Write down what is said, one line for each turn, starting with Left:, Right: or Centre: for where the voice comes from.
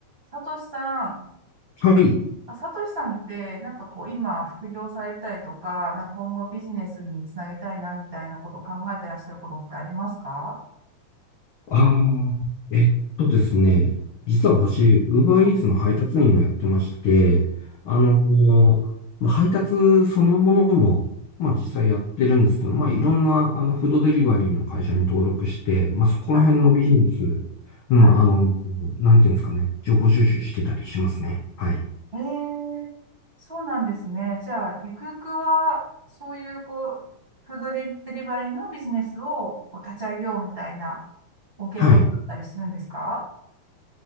Right: さとしさん、
Left: はい。
Right: あ、さとしさんって、なんかこう、今、副業されたりとか、なんか今後ビジネスにつなげたいな、みたいなことを考えてらっしゃることってありますか
Left: ああ、えっとですね。実は私、UberEats
Right: はい、
Left: の配達員をやってまして、あの、もうまあ配達そのものも、まあ実際やってるんですけど、まあいろんなあのフードデリバリーの会社に登録して、まあそこら辺のビジネス、
Right: はい、
Left: うん、
Right: はい。
Left: あの、なんていうんですかね、情報収集してたりしますね。はい。
Right: ええー、そうなんですね。じゃあ、ゆくゆくは、そういう、こう、フードリデリバリーのビジネスをこう立ち上げようみたいな、ご計画だったりするんですか
Left: はい。